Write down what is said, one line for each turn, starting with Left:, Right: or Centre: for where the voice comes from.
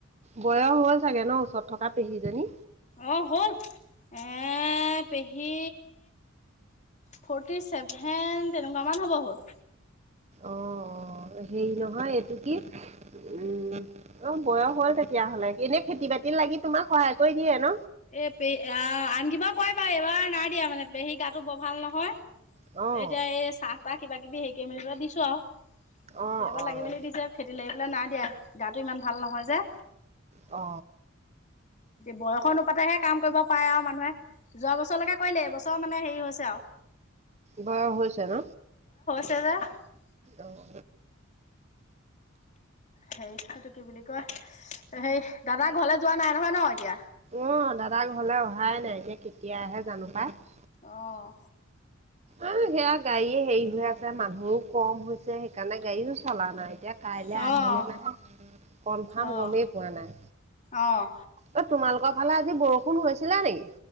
Right: বয়স হল চাগে ন ওচৰত থকা পেহীজনী
Left: অ হ'ল এ পেহী ফৰ্টি ছেভেন তেনেকুৱা মান হ'ব হ'ল
Right: অ অ হেই নহয় এইটো কি উম, অ', বয়স হ'ল তেতিয়া হ'লে এনেই খেতি বাতি লাগি তোমাক সহায় কৰি দিয়ে ন?
Left: এ পে আহ আন কিবা কয় বাৰু এইবাৰ নাই দিয়া মানে পেহী গাটো বৰ ভাল নহয়
Right: অ',
Left: এতিয়া এই চাহ তাহ কিবা কিবি হেৰি কৰি মেলি পেলাই দিছো আৰু সেইবিলাক
Right: অ', অ',
Left: লাগি মেলি দিছে খেতি লাগি পেলাই নাই দিয়া গাটো ইমান ভাল নহয় যে।
Right: অ
Left: বয়সৰ অনুপাতেহে কাম কৰিব পাৰে আৰু মানুহে যোৱা বছৰলেকে কৰিলে এইবছৰ মানে হেৰি হৈছে আও
Right: বয়া হৈছে ন?
Left: <unintelligible>
Right: অ'।
Left: হে সেইটো কি বুলি কয় হেই দাদা ঘৰলৈ যোৱা নাই নহয় ন এতিয়া
Right: অ', দাদা ঘৰলে অহাই নাই এতিয়া কেতিয়া আহে জানো পাই
Left: অ',
Right: অ', সেয়া গাড়ীয়ে হেৰি হৈ আছে মানুহো কম হৈছে সেইকাৰণে গাড়ীও চলা নাই। এতিয়া কাইলে
Left: অ',
Right: আহিলে নাহে কনফাৰ্ম
Left: অ',
Right: গমেই পোৱা নাই
Left: অ',
Right: এ তোমালোকৰ ফালে আজি বৰষুণ হৈছিলে নিকি